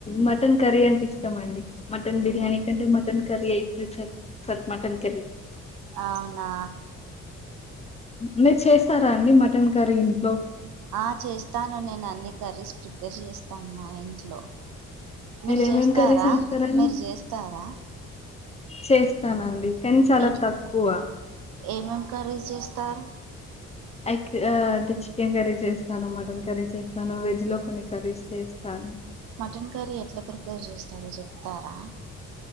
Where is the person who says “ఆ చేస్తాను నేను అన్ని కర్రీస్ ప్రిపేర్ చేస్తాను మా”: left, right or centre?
Right